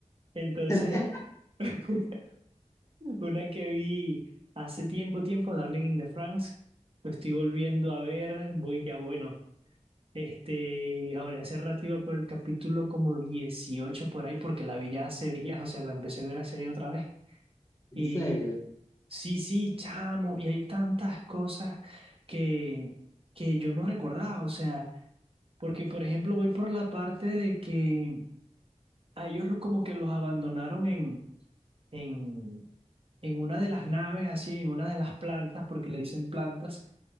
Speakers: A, on the right; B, on the left.
A: Entonces,
B: <laughs>
A: <laughs> una que vi hace tiempo, tiempo, Darling in the Franxx, lo estoy volviendo a ver, voy ya, bueno, Este, ahora, hace rato iba por el capítulo como 18 por ahí, porque la vi ya hace días, o sea, la empecé a ver hace día otra vez.
B: ¿En
A: Y
B: serio?
A: sí, sí, chamo, y hay tantas cosas que, que yo no recordaba, o sea, porque por ejemplo voy por la parte de que a ellos lo- como que los abandonaron en, en, en una de las naves, así, en una de las plantas, porque le dicen plantas,